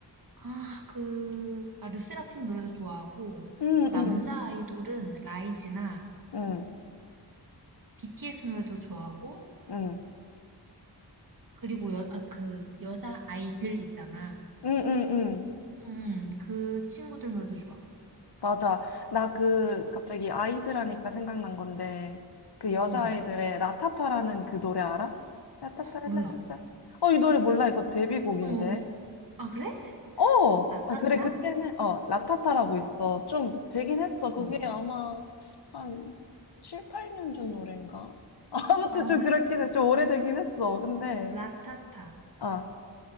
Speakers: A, on the right; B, on the left.
A: 아, 그, 아, 르세라핌 노래도 좋아하고,
B: 응,
A: 또 남자
B: 응,
A: 아이돌은 라이즈나
B: 응,
A: BTS 노래도 좋아하고,
B: 응,
A: 그리고 여, 아, 그 여자 아이들 있잖아.
B: 응, 응, 응.
A: 음, 그 친구들 노래도 좋아.
B: 맞아. 나 그, 갑자기 아이들 하니까 생각난 건데, 그 여자아이들의
A: 어,
B: 라타타라는 그 노래 알아? 라타타,
A: 몰라.
B: 라타타. 어, 이 노래 몰라. 이거 데뷔곡인데.
A: 어, 아, 그래?
B: 어!
A: 라타타?
B: 아, 그래, 그때는, 어, 라타타라고 있어. 좀 되긴 했어. 그게
A: 어,
B: 아마 한 7, 8년 전 노래인가? <laughs> 아무튼
A: 아,
B: 좀
A: 그래?
B: 그렇긴 해. 좀 오래되긴 했어. 근데,
A: 라타타.
B: 아,